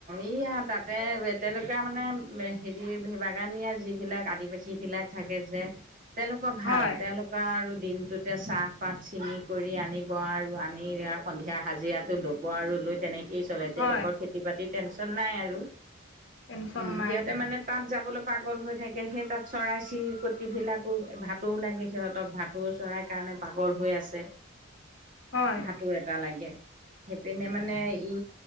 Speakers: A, on the right; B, on the left.
A: এইয়া তাতে তেলুৱা মানে হেৰি বাগানীয়া যিবিলাক আদিবাসী। যি বিলাক থাকে যে তেওঁলোকৰ ভাল
B: হয়
A: তেওঁলোক, তা আৰু দিনটোতে চাহপাত ছিঙি কৰি আনিব আৰু আনি এয়া। সন্ধিয়া হাজিৰাটো ল'ব আৰু লৈ তেনেকেই চলে তেওঁলোকৰ
B: হয়
A: খেতি বাতিৰ টেনশ্যন নাই আৰু
B: টেনচন
A: অ
B: নাই
A: সিহঁতে মানে। তাত যাবলৈ পাগল হৈ থাকে সেই তাত চৰাই চিৰিকট বিলাকো ভাতোও লাগে সিহঁতক ভাত, ভটৌও চৰাইৰ কাৰণে পাগল হৈ আছে
B: হয়
A: ভাটৌ এ এটা লাগে সেইপিনে মানে ই